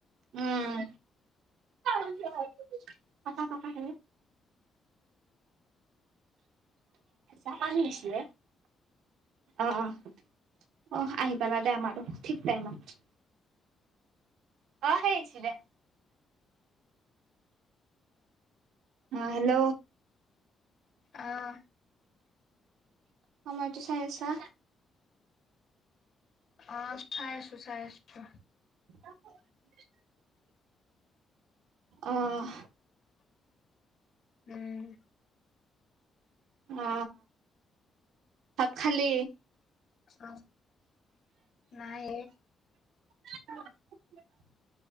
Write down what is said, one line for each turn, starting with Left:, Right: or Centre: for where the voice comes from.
Right: উম <inaudible> ককা ককা খ চাহানিছে আহ <unintelligible> আহ আহি পালা দে আমাৰো আৰু ঠিক টাইমত। আহ সেইছিল <inaudible> আহ হেল্ল'।
Left: আহ।
Right: সময়তো চাই আছা?
Left: অ চাই আছো চাই আছো।
Right: <inaudible> আহ
Left: উম
Right: অ ভাত খালি
Left: অ নাই
Right: <unintelligible> <inaudible>